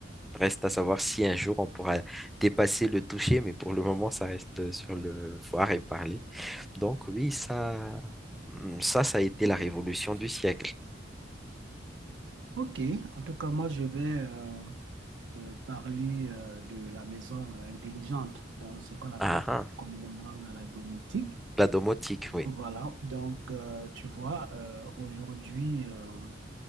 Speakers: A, in the centre; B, on the right.
A: Reste à savoir si un jour on pourra dépasser le toucher, mais pour le moment, ça reste sur le voir et parler. Donc oui, ça, ça, ça a été la
B: et
A: révolution
B: la révolution.
A: du siècle.
B: Ok, en tout cas, moi, je vais euh, euh, parler euh, de la maison euh, intelligente, dans ce qu'on appelle
A: Ah, ah.
B: communément euh, la domotique.
A: La domotique, oui.
B: Voilà, donc euh, tu vois, euh, aujourd'hui, euh,